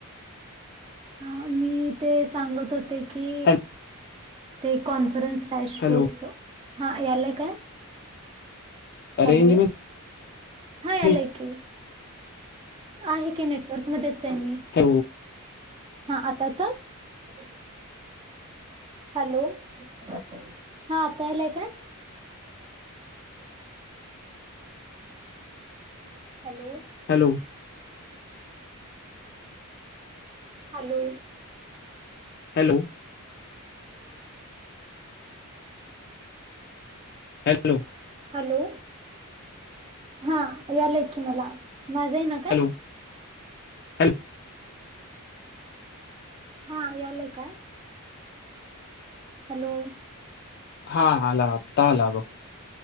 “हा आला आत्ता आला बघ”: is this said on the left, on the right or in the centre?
Left